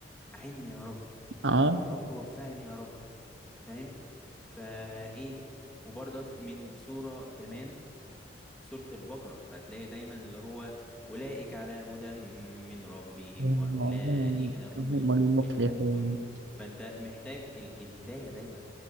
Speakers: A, in the centre; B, on the right (about 75°).
A: أعني يا رب
B: اه
A: يا رب وفقني يا رب فاهم فإيه وبرضك من سورة كمان سورة البقرة فهتلاقي دايما اللي هو أولئك على هدى من ربهم
B: هم
A: وأولئك هم المفلحون
B: المفلحون
A: فأنت محتاج ال الهداية دايما